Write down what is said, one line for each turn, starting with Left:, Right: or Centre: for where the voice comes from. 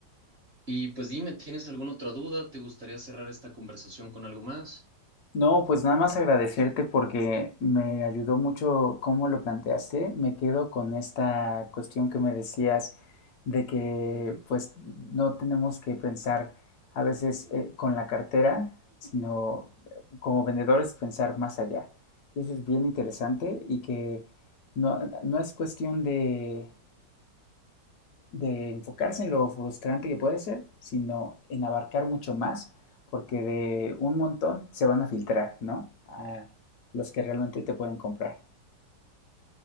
Right: Y pues dime, ¿tienes alguna otra duda? ¿Te gustaría cerrar esta conversación con algo más?
Left: No, pues nada más agradecerte porque me ayudó mucho cómo lo planteaste. Me quedo con esta cuestión que me decías de que pues no tenemos que pensar a veces eh, con la cartera, sino eh, como vendedores pensar más allá. Y eso es bien interesante y que no, no es cuestión de de enfocarse en lo frustrante que puede ser, sino en abarcar mucho más, porque de un montón se van a filtrar, ¿no? A los que realmente te pueden comprar.